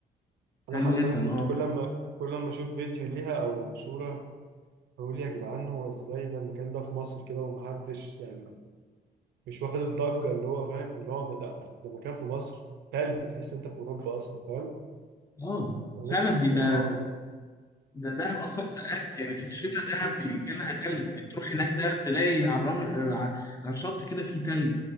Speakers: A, on the right (about 80°); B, on the left (about 20°).
A: انا
B: حلو
A: حرفيا
B: جدا
A: كنت
B: اه
A: كل ما كل ما اشوف فيديو ليها او صورة اقول يا جدعان هو ازاي ده المكان ده في مصر كده ومحدش يعني مش واخد الضجة اللي هو فاهم اللي هو ده ده مكان في مصر تلج تحس انت في اوروبا اصلا فاهم
B: اه
A: نفسي
B: فعلا دي
A: الصراحة
B: ده
A: نفسي
B: ده دهب اصلا ساعات يعني في الشتاء ده بيجي لها تلج بتروح هناك ده بتلاقي على الرمل آه، على على الشط كده في تلج